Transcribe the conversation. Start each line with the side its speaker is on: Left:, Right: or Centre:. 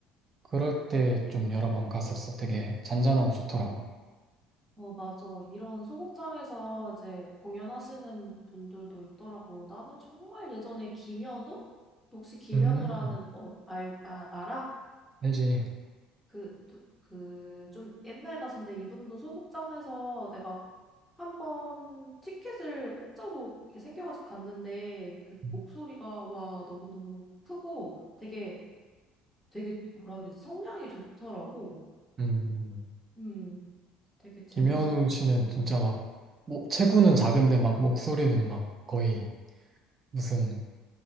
Right: 그럴 때 좀 여러 번 갔었어. 되게 잔잔하고 좋더라고.
Centre: 어, 맞아. 이런 소극장에서 이제 공연하시는 분들도 있더라고. 나는 정말 예전에 김현우? 너 혹시 김현우라는,
Right: 음.
Centre: 어, 알, 아, 알아?
Right: 알지?
Centre: 그, 누- 그, 좀 옛날 가수인데 이분도 소극장에서 내가 한번 티켓을 공짜로 이게 생겨가지고 갔는데 그
Right: 음.
Centre: 목소리가 와, 너무너무 크고 되게, 되게 뭐라고 해야 되지? 성량이 좋더라고.
Right: 음.
Centre: 음, 되게 재밌어.
Right: 김현우 씨는 진짜 막 뭐, 체구는 작은데 막 목소리는 막 거의 무슨